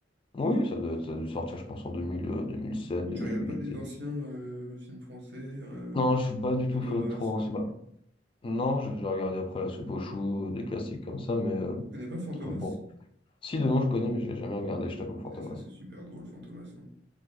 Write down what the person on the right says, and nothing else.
Et
tu regardes pas les
anciens euh, films français, euh,
Fantomas.
euh. Tu
connais pas Fantomas?
C'est c'est- c'est super drôle, Fantomas. hein.